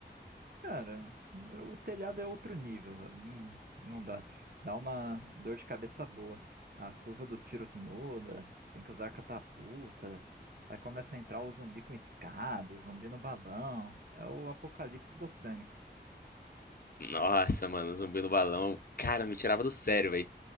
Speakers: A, on the right; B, on the left.
A: Cara, o telhado é outro nível. Não, não dá. Dá uma dor de cabeça boa. A curva dos tiros muda, tem que usar catapulta. Aí começa a entrar o zumbi com escada, zumbi no balão. É o apocalipse botânico.
B: Nossa, mano, zumbi no balão. Cara, me tirava do sério, velho.